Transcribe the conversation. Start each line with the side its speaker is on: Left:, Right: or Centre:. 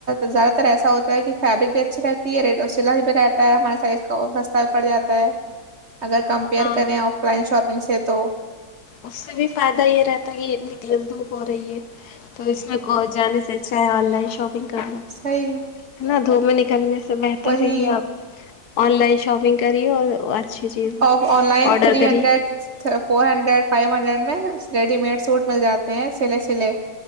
Right: ز زیادہ تر ایسا ہوتا ہے کہ فیبرک بھی اچھے رہتے سلائی بھی رہتا ہے ہمارے سائز کا سستہ بھی پڑ جاتا ہے اگر کمپیئر
Left: ہاں
Right: کریں آف لائن شاپنگ م سےے تو
Left: اس سے بھی فائدہ یہ رہتا ہے کہ اتنی تیز دھوپ ہو رہی ہے تو اس میں جانے سے اچھ ہے آن لائن شاپ ہے
Right: صحیح
Left: نا دھو میں ن کیا سے بہتر
Right: وہی
Left: ہے یہ آپ آن لائن شاپنگ کری اور اچھی چیز
Right: اب آن لائن
Left: آڈر
Right: تھری
Left: کریے
Right: hundred four hundred five hundred میں ریڈی میڈ سوٹ مل جاتے ہیں سلے سلے